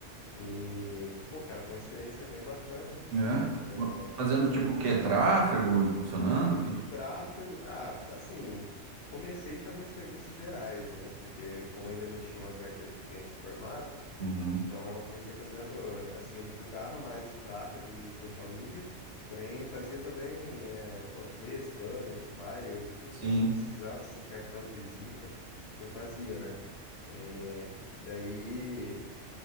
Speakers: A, on the left (about 60°); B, on the right (about 80°).
A: E, vinte e três. E, pô, cara, foi uma experiência bem bacana.
B: é.
A: É,
B: Fazendo
A: sim,
B: tipo o quê? Tráfego, impulsionando? Que...
A: Tráfego. Ah, assim, comecei fazendo serviços gerais, né? Porque como ainda não tinha uma carteira de clientes formada,
B: Uhum.
A: então eu comecei fazendo, assim, eu divulgava mais o tráfego e social media, porém fazia também eh, panfletos, banners, flyers, o que
B: Sim,
A: a pessoa precisasse, assim, cartão de visita, eu fazia, né? Eh, E daí